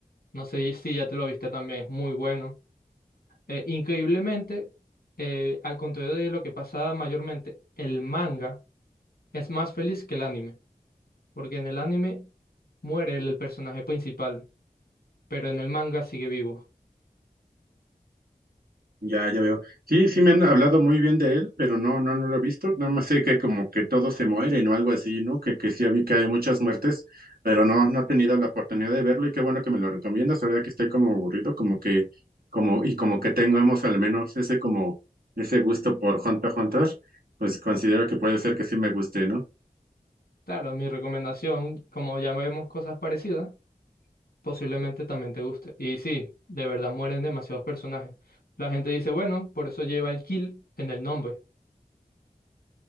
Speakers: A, on the left; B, on the right.
A: No sé si ya te lo viste también, es muy bueno. Eh, increíblemente, eh, al contrario de lo que pasa mayormente, el manga es más feliz que el anime, porque en el anime muere el, el personaje principal, pero en el manga sigue vivo.
B: Ya, ya veo. Sí, sí me han hablado muy bien de él, pero no, no, no lo he visto. Nada más sé que como que todos se mueren o algo así, ¿no? Que, que sí vi que hay muchas muertes, pero no, no he tenido la oportunidad de verlo y qué bueno que me lo recomiendas ahora que estoy como aburrido, como que, como, y como que tengamos al menos ese como, ese gusto por Hunter x Hunter, pues considero que puede ser que sí me guste, ¿no?
A: Claro, mi recomendación, como ya vemos cosas parecidas, posiblemente también te guste. Y sí, de verdad mueren demasiados personajes. La gente dice, bueno, por eso lleva el kill en el nombre.